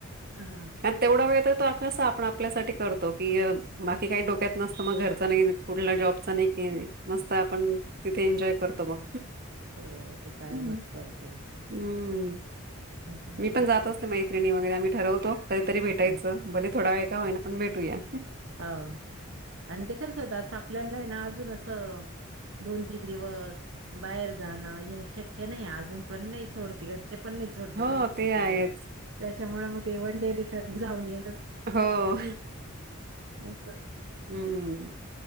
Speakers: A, on the right; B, on the right.
A: हा
B: आणि तेवढा वेळ तर तो कस आपण आपल्यासाठी करतो
A: हो.
B: बाकी काही डोक्यात नसत. मग घरचा नाही. कुठल्या जॉबचा नाही. काय नाय मस्त आपण तिथे एन्जॉय करतो मग.
A: हो ते कायमच
B: हम्
A: करतो मग
B: हम्म
A: त्याच्यामुळं
B: मी पण जात असतो. मैत्रिणी वगैरे आम्ही ठरवतो. कधीतरी भेटायचं
A: हो
B: भले थोडा वेळ का होईना. पण भेटूया.
A: हा आणि ते खच होत असं आपल्याला आहे ना अजून असं दोन-तीन दिवस बाहेर जाणं. हे शक्य नाही अजून पण नाही सोडते घरी. घरचे पण नाही सोडत. एवढ
B: हो
A: दोन-तीन
B: ते आहेच
A: दिवस त्याच्यामुळे मग ते वन डे रिटर्न जाऊन येणं
B: हो
A: असं
B: हम्म